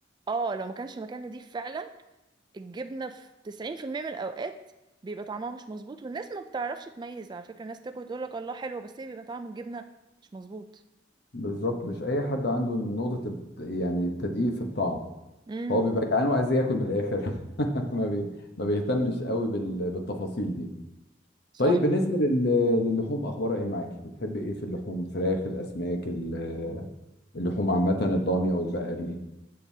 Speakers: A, on the right (about 25°); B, on the left (about 60°).
A: اه لو ما كانش مكان نضيف فعلا الجبنة في 90% من الأوقات بيبقى طعمها مش مظبوط والناس ما بتعرفش تميز على فكرة الناس تاكل تقول لك الله حلوة بس هي بيبقى طعم الجبنة مش مظبوط
B: بالظبط مش اي حد عنده نقطه الت- يعني التدقيق في الطعم
A: امم
B: هو بيبقى جعان وعايز ياكل من الاخر <laughs> ما بي... ما بيهتمش قوي بال... بالتفاصيل دي
A: صح
B: طيب بالنسبه لل... للحوم اخبارها ايه معاكي بتحب ايه في اللحوم فراخ الاسماك ال- اللحوم عامه الضاني او البقري